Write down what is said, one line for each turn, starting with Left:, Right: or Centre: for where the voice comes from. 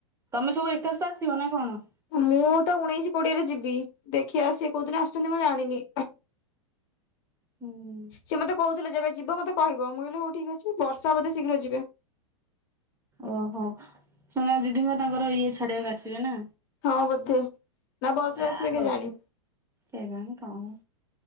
Right: ତମେ ସବୁ ଏକା ସହ ଆସିବନା କଣ?
Left: ମୁଁ ତ ଉଣେଇଶି, କୋଡିଏରେ ଯିବି ଦେଖିବା ସିଏ କୋଉଦିନ ଆସୁଛନ୍ତି ମୁଁ ଜାଣିନି।
Right: ହୁଁ।
Left: ସିଏ ମତେ କହୁଥିଲେ ଯେବେ ଯିବ ମତେ କହିବ ମୁଁ କହିଲି ହଉ ଠିକ ଅଛି ବର୍ଷା ବୋଧେ ଶୀଘ୍ର ଯିବେ।
Right: ଓହୋ ସୁନା ଦିଦିଙ୍କ ତାଙ୍କର ଇଏ ଛାଡିବାକୁ ଆସିବେ ନା।
Left: ହଁ ବୋଧେ ନା ବସରେ
Right: ୱାଓ
Left: ଆସିବେ କେଜାଣି।
Right: କେଜାଣି କଣ